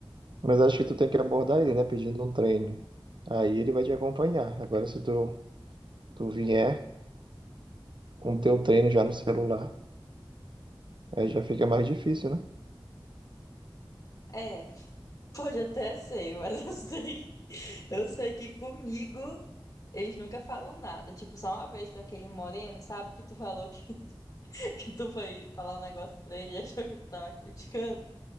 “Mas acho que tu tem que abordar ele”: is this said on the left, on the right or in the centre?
Right